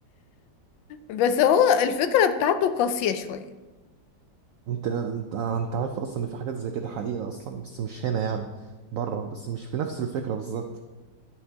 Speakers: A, on the left; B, on the right.
A: بس هو الفكرة بتاعته قاسية شوية
B: انت انت انت عارف اصلا ان في حاجات زي كده حقيقه اصلا بس مش هنا يعني بره بس مش في نفس الفكره بالظبط